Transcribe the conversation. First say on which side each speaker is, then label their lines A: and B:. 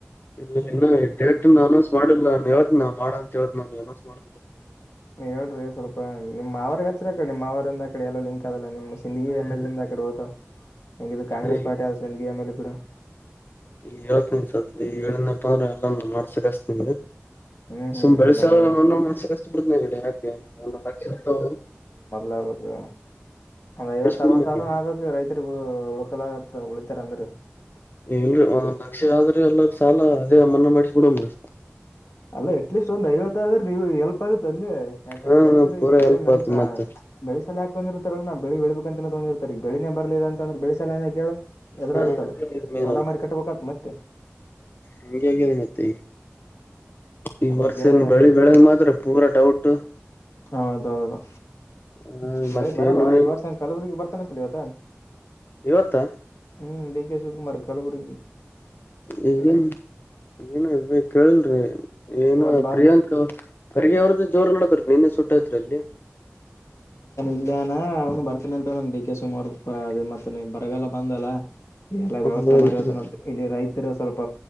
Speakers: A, on the left; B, on the left.
A: ಇಲ್ಲ ಇ ಡೇಟ್ ಅನೌನ್ಸ್ ಮಾಡಿಲ್ಲ ಯವತ್ ನ ಮಾಡಂತ ಹೇಳ ನನೌನ್ಸ್ ಮಾಡ
B: ಹೇಳ್ರಿ ಸ್ವಲ್ಪ ನಿಮ್ ಅವ್ರಗ ಹಚ್ಚ್ರ ಅಕಡೆ ನಿಮ್ಮ ಅವರಂದ ಅ ಕಡೆ ಎಲ್ಲ ಲಿಂಕ್ ಅದಲ್ಲ ನಿಮ್ ಸಿಂದಗಿ
A: ಅದೇ
B: ಆಮೇಲಂದ ಅ ಕಡೆ ಹೋತ ಹಂಗಿದ್ರ ಕಾಂಗೆಸ್
A: ಅದೇ
B: ಪಾರ್ಟಿ ಆದೆ ಸಿಂದಗಿ ಎಮ ಎಲ್ ಕೂಡ
A: ಈ ಏವತ್ ನಿನ್ಸದ ಈ ಏಳನಪ್ಪ ಅಂದ್ರೆ ಎಲ್ಲಾನ ಮಾಡ್ಸಕ್ಸ್ತ ಈಗ
B: ಹ್ಮ್ ಹ್ಮ್
A: ಸುಮ್ ಬೆಳ್ಸ
B: ಬರಬರ್
A: ಒಂದೊಂದು್ ಮಾಸ ಕಷ್ಟ ಬಿಡತನ ಗಡಿ ಯಾಕೆ ಒಂದೊಂದ್ ಲಕ್ಷ ಇರ್ತಾವ
B: ಅಂದ ಐವತ್ತ
A: ಬಿಡುನ್
B: ಅರವತ್ತು
A: ಆಕಡೆ.
B: ಸಾವರ ನಾಕು ರೈತರಿಗೆ ಉಳಕಲ್ಲ ಉಳಿತಾರ ಅಂದ್ರೆ
A: ಇಲ್ರರಿ ಒಂದೊಂದ್ ಲಕ್ಷ ಆದ್ರಿ ಎಲ್ಲಾರ ಸಾಲ ಅದೇ ಅಮನ್ನ ಮಾಡಿಸಬ ಬಿಡ
B: ಅಲ್ಲ ಅಟ್ ಲೀಸ್ಟ್ ಒಂದು ಐವತ್ತ ಆದ್ರ ನೀವು ಎಲ್ಪ್ ಆಗುತ್ತೆ ಅಲ್ಲಿೆ ಯಾಕಂದ್ರೆ
A: ಹಾ
B: ರೈತರು
A: ಪೂರಾ
B: ಬೆಳೆ
A: ಹೆಲ್ಪ್
B: ನವಕ
A: ಆತ್ ಮತ್ತ
B: ಬೆಳೆಸಲಾ ತಂದಿರ್ತಾರರ ನಾಳ ಬೆಳಬೇಕಂತ ತೊಂದಿತಾರೆ ಈ ಬೆಳೆನೆ ಬರ್ಲಿಲ್ಲ ಅಂದ್ರೆ ಬೆಳಸಲ್ಲಏನ ಕೇಳ ಎದ್ರಾಗತ್ತಲ್ಲ
A: ಹಾ ಮೇನಲ್
B: ಹೊಲ ಮಾರಿ ಕಟ್ಬೇಕತ್ ಮತ್ತೆ
A: ಹಂಗೆ ಆಗ್ಯದ ಮತ್ತೆ ಈಗ ಈ
B: ಅದಕ್ಕೆ
A: ವರ್ಷ ಏನ್ ಬೆಳಿ ಬೆಳೆದ ಮಾತ್ರ ಪೂರಾ ಡೌಟ್
B: ಹೌದೌದು
A: ಹ
B: ಬೆಳಿ
A: ಮತ್ತ
B: ಬರಲ್ವಾ
A: ಏನ
B: ಈ ವರ್ಷ ಕಲಬುರ್ಗಿ ಬರ್ತ ಗತ್ತ <unintelligible>
A: ಇವತ್ತಾ
B: ಹ್ಮ್ ಡಿ ಕೆ ಶಿವಕುಮಾರ್ ಕಲಬುರ
A: ಈಗಏನ್ ಏನು ಇಲ್ರಿ ಕೇಳಲ್ರಿ ಏನ
B: ಇವತ್ ಬರ್
A: ಪ್ರಿಯಾಂಕ ಪರ್ಗೆ ಅವ್ರದ್ದು ಜೋರ ನಡದಾರ ನಿನ್ನ ಸುಟ್ಟಾಯತ್ ಅಲ್ಲಿ
B: ಇಲ್ಲಾನ ಅವ್ನು ಬರ್ತನಿ ಉಂಟು ನನ್ ಡಿ ಕೆ ಶಿವಕುಮಾರ್ ಅ ಮತ್ತ ನೀ ಬರಗಲ್ಲ ಬಂದಲ್ಲ ಎಲ್ಲಾ
A: ಹಾ
B: ವ್ಯವಸ್ಥೆ ಮಾಡಿತ ಇಲ್ಲಿ ರೈತರ ಸ್ವಲ್ಪ